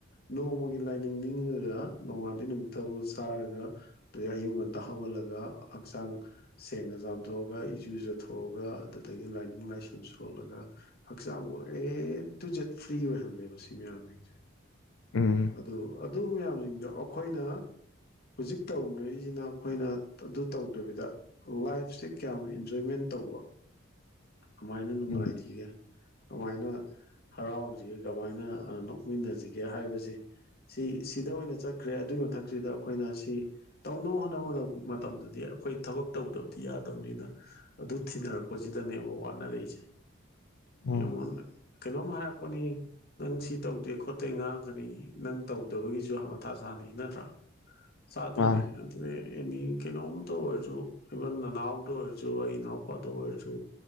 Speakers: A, on the left; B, on the left.
A: ꯅꯣꯡꯃꯒꯤ ꯂꯥꯏꯅꯤꯡ ꯅꯤꯡꯉꯒ ꯅꯣꯡꯉꯥꯟꯗꯩ ꯅꯨꯃꯤꯠꯠꯇꯗ ꯆꯥꯔꯒ ꯑꯗꯨꯗꯩ ꯑꯌꯨꯛ ꯉꯟꯇ ꯍꯧꯒꯠꯂꯒ ꯍꯛꯆꯥꯡ ꯁꯦꯡꯅ ꯆꯥꯝꯊꯣꯛꯑꯒ ꯏꯖꯨ ꯆꯊꯣꯛꯑꯒ ꯑꯗꯨꯗꯒꯤ ꯂꯥꯏꯅꯤꯡ ꯂꯥꯏꯁꯣꯟ ꯁꯣꯜꯂꯒ ꯍꯛꯆꯥꯡꯕꯨ ꯑꯦ ꯇꯨ ꯖꯦꯠ ꯐ꯭ꯔꯤ ꯑꯣꯏꯍꯜꯂꯦꯕ ꯁꯤ ꯃꯌꯥꯝꯁꯤꯡꯁꯦ
B: ꯎꯝ <unintelligible> <inaudible>
A: ꯑꯗꯨ ꯑꯗꯨ ꯃꯌꯥꯝꯁꯤꯡꯗꯣ ꯑꯩꯈꯣꯏꯅ ꯍꯧꯖꯤꯛ ꯇꯧꯅꯔꯤꯁꯤꯅ ꯑꯩꯈꯣꯏꯅ ꯑꯗꯨ ꯇꯧꯗꯕꯤꯗ ꯂꯥꯏꯐꯁꯦ ꯀꯌꯥꯝ ꯏꯟꯖꯣꯏꯃꯦꯟ ꯇꯧꯕ ꯀꯃꯥꯏꯅ ꯅꯨꯡꯉꯥꯏꯈꯤꯒꯦ
B: ꯎꯝ
A: ꯀꯃꯥꯏꯅ ꯍꯔꯥꯎꯁꯤꯒꯦ ꯀꯃꯥꯏꯅ ꯅꯣꯛꯃꯤꯟꯅꯁꯤꯒꯦ ꯍꯥꯏꯕꯁꯤ ꯁꯤ ꯁꯤꯗ ꯑꯣꯏꯅ ꯆꯠꯈ꯭ꯔꯦ ꯑꯗꯨꯒꯤ ꯃꯊꯛꯁꯤꯗ ꯑꯩꯈꯣꯏꯅ ꯁꯤ ꯇꯧꯅꯕ ꯍꯣꯠꯅꯕ ꯃꯇꯝꯗꯗꯤ ꯑꯩꯈꯣꯏ ꯊꯕꯛ ꯇꯧꯗꯕꯗꯤ ꯌꯥꯗꯕꯅꯤꯅ ꯑꯗꯨ ꯊꯤꯅꯔꯛꯄꯁꯤꯗꯅꯦꯕ ꯋꯥꯅꯔꯛꯏꯁꯦ
B: ꯎꯝ
A: ꯌꯦꯡꯉꯣ ꯀꯩꯅꯣꯝ ꯍꯥꯏꯔꯛꯄꯅꯤ ꯅꯪ ꯁꯤ ꯇꯧꯗꯦ ꯈꯣꯠꯇꯦ ꯉꯥꯡꯒꯅꯤ ꯅꯪ ꯇꯧꯗꯕꯒꯤꯁꯨ ꯃꯊꯥ ꯁꯥꯥꯅꯤ ꯅꯠꯇ꯭ꯔꯥ ꯆꯥꯗꯣꯏꯅꯦ
B: ꯃꯥꯅꯦ
A: ꯑꯦꯅꯤ ꯀꯩꯅꯣꯝ ꯇꯧꯏꯔꯁꯨ ꯏꯕꯟ ꯅꯅꯥꯎꯗ ꯑꯣꯏꯔꯁꯨ ꯑꯩ ꯏꯅꯥꯎꯄꯗ ꯑꯣꯏꯔꯁꯨ